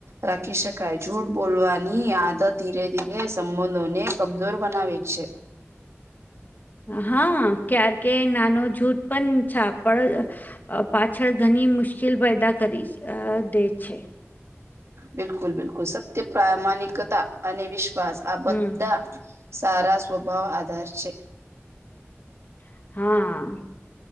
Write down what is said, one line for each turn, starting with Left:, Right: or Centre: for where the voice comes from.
Right: રાખી શકાય જૂઠ બોલવાની આદત ધીરે ધીરે સંબંધોને કમજોર બનાવે છે.
Left: હા કારણકે નાનો જૂથ પણ છાપડ પાછળ ઘણી મુશ્કેલ પેદા કરી દે છે.
Right: બિલકુલ બિલકુલ સત્ય પ્રામાણિકતા અને વિશ્વાસ આ બધા
Left: હમ
Right: સારા સ્વભાવ આધાર છે.
Left: <inaudible> હા